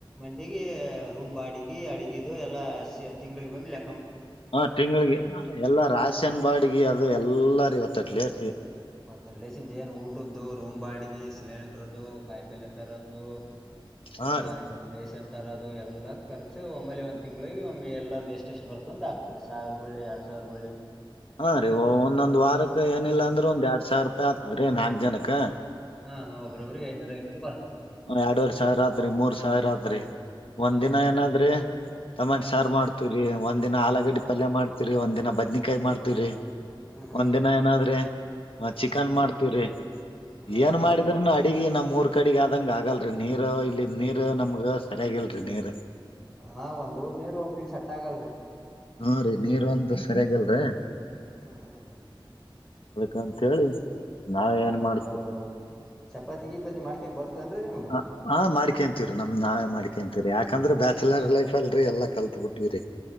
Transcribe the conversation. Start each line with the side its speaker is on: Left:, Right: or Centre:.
Centre: ಡಿಗಿ ರೂಮ್ ಬಾಡಿಗಿ ಅಡಗಿದು ಎಲ್ಲಾ ಸೇ ತಿಂಗಳಿಗೊಮ್ಮೆ ಲೆ
Left: ಹಾ ತಿಂಗಳಿಗೆ ಎಲ್ಲ ರಾಶನ್ ಬಾಡಿಗೆ ಅದು ಎಲ್ಲಾರ ಇವತ್ತಟ್ಲೇಸ್ಗೆ
Centre: ಮತ್ತೆಡ್ಲೇಸಿಂದ ಏನ್ ಊಟದ್ದು ರೂಮ್ ಬಾಡಿಗೆ ಸಿಲಿಂಡ್ರದು ಕಾಯಿಪಲ್ಲೆ ತರದು ಇವೆಲ್ಲ
Left: ಹಾ ರೀ
Centre: ರೇಶನ್ ತರೋದು ಎಲ್ಲ ಖರ್ಚು ಒಮ್ಮೆಲೇ ತಿಂಗಳಿಗೆ ಒಮ್ ಎಲ್ಲರ್ದ ಎಷ್ಟ ಎಷ್ಟು ಬರ್ತ ಅಂತ ಆಕ್ತೀರಿ ಸಾವಿರ ಬೀಳ್ಳಿ ಎರಡ್ ಸಾ ವ್ರ ಬೀಳ್ಳೀ
Left: ಹಾ ರೀ ಒಂದೊಂದ್ ವಾರಕ್ ಏನಿಲ್ಲ
Centre: ಹಾ
Left: ಅಂದ್ರೂ ಒಂದ್ ಎರಡ್ ಸಾವಿರ ರೂಪಾಯಿ ಆಗ್ತದ ರೀ ನಾಕ್ ಜನಕ್ಕ
Centre: ಹಾ ಹಾ ಒಬ್ಬ್ರೊಬ್ರರಿಗೆ ಐನೂರು ಐನೂರು ಬರ್ತದ
Left: ಎರಡೂವರಿ ಸಾವಿರಾತ್ರಿ ಮೂರ್ ಸಾವಿರಾತ್ರಿ
Centre: ಹ್ಮ್
Left: ಒಂದ್ ದಿನ
Centre: ಹ್ಮ್
Left: ಏನಾದ್ರಿ ಟಮಾಟಿ ಸಾರ್
Centre: ಹ್ಮ್
Left: ಮಾಡ್ತಿವ್ರೀ ಒಂದಿನ ಆಲಗಡ್ಡಿ
Centre: ಹ್ಮ್
Left: ಪಲ್ಯ ಮಾಡ್ತೀವ್ರಿ ಒಂದಿನ ಬದ್ನಿಕಾಯಿ ಮಾಡ್ತಿವ್ರೀ
Centre: ಹ್ಮ್ ಹ್ಮ್ ಹ್ಮ್
Left: ಒಂದ್ ದಿನ
Centre: ರೀ
Left: ಏನಾದ್ರಿ ಅ ಚಿಕನ್
Centre: ಹ್ಮ್
Left: ಮಾಡ್ತೀವ್ರಿ
Centre: ಹ್ಮ್
Left: ಏನ್
Centre: ಹ್ಮ್
Left: ಮಾಡಿದ್ರು
Centre: ಮತ್ತೆ
Left: ನು ಅಡಿಗೆ ನಮ್ಮೂರ್ ಕಡಿಗೆ ಆದಂಗ ಆಗಲ್ರೀ ನೀರು ಇಲ್ಲಿದ್ ನೀರು ನಮ್ಗ ಸರಿಯಾಗಿಲ್ರಿ ನೀರ
Centre: ಹಾ ಒಂದ್ ಊರ್ ನೀರ್ ಒಬ್ರಗ್ ಸೆಟ್ ಆಗಲ್ರಿ
Left: ಹೂಂ ರೀ ನೀರ್ ಒಂದು ಸರಿಯಾಗಿಲ್ರಿ
Centre: ಹ್ಮ್ ಹಾ ರೀ
Left: ಅದಕಂತ ಹೇಳಿ ನಾಳೆ
Centre: ಸೆಟ್
Left: ಏನ್
Centre: ಆಗಲ್
Left: ಮಾಡ್ತೀ
Centre: ಹೌದು ಚಪಾತಿ ಗಿಪಾತಿ ಮಾಡ್ಕಕ್ ಬರ್ತದನ್ರಿ ನಿಮ್ಗ
Left: ಹಾ ಹಾ ಮಾಡ್ಕೆಂತೀವ್ರೀ ನಮ್ದ ನಾವೇ ಮಾಡ್ ಕೆಂತೀವ್ರಿ ಯಾಕಂದ್ರ ಬ್ಯಾಚುಲರ್ ಲೈಫ ಅಲ್ರಿ ಎಲ್ಲ ಕಲ್ತ್ ಬಿಟ್ಟಿವ್ರೀ